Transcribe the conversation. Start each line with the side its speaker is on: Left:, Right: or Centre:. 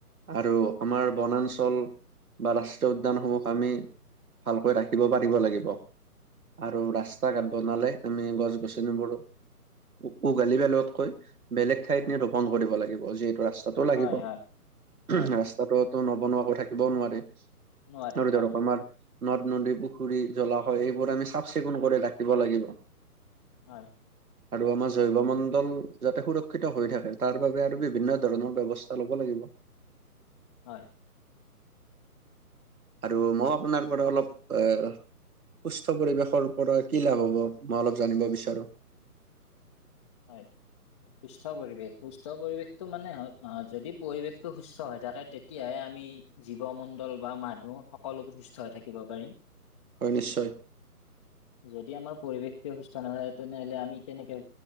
Right: আৰু আমাৰ বনাঞ্চল বা ৰাষ্ট্ৰীয় উদ্যানসমূহ আমি। ভালকৈ ৰাখিব পাৰিব লাগিব। আৰু ৰাস্তা ঘাট বনালে আমি গছ গছনি বোৰো। উগালি পেলোৱাত কৈ বেলেগ ঠাইত নি ৰোপন কৰিব লাগিব যিহেতু ৰাস্তাটো লাগিব।
Left: হয় হয় হয়
Right: ৰাস্তাটোতো নবনোৱাকৈ থাকিবও নোৱাৰে
Left: নোৱাৰি
Right: আৰু
Left: হয়
Right: ধৰক আমাৰ। নদ-নদী, পুখুৰী, জলাশয় এইবোৰ আমি চাফ-চিকুণ কৰি ৰাখিব লাগিব।
Left: হয়।
Right: আৰু আমাৰ জৈৱমণ্ডল যাতে সুৰক্ষিত হৈ থাকে তাৰ বাবে আৰু বিভিন্ন ধৰণৰ ব্যৱস্থা। ল'ব লাগিব।
Left: হয়।
Right: আৰু মই আপোনাৰ পৰা অলপ এ। সুস্থ পৰিৱেশৰ পৰা কি লাভ হ'ব মই অলপ জানিব বিচাৰো।
Left: হয় সুস্থ পৰিৱেশ সুস্থ পৰিৱেশ। টো মানে হ যদি পৰিৱেশটো সুস্থ হৈ থাকে তেতিয়াহে আমি। জীৱ মণ্ডল বা মানুহ সকলোবোৰ সুস্থ হৈ থাকিব পাৰিম।
Right: হয় নিশ্চয়।
Left: যদি আমাৰ পৰিৱেশটো সুস্থ নহয় তেনেহ'লে আমি কেনেকে।